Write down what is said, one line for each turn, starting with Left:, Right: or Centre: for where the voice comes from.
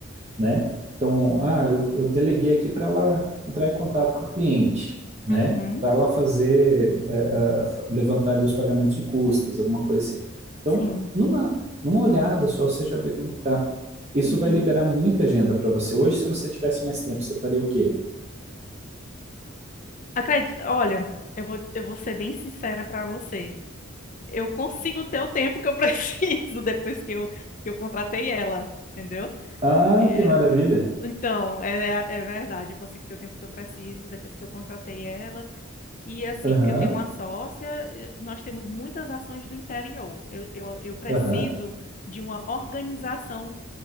Right: né? Então, ah, eu, eu deleguei aqui para ela entrar em contato com a cliente, né?
Left: uhum,
Right: Para ela fazer, eh, ah, fa- levantar ali os pagamentos de custas, alguma coisa assim. Então,
Left: sim.
Right: numa, numa olhada só, você já vê como é que tá. Isso
Left: Uhum.
Right: vai liberar muita agenda para você. Hoje, se você tivesse mais tempo, você faria o quê?
Left: Acredito, olha, eu vou, eu vou ser bem sincera para você. Eu consigo ter o tempo que eu <laughs> preciso depois que eu, que eu contratei ela, entendeu?
Right: Ah,
Left: E,
Right: que maravilha!
Left: então, é, é é verdade, eu consigo ter o tempo que eu preciso depois que eu contratei ela. E assim,
Right: Aham,
Left: eu tenho uma sócia, eu- nós temos muitas ações do interior. Eu, eu, eu preciso
Right: aham,
Left: de uma organização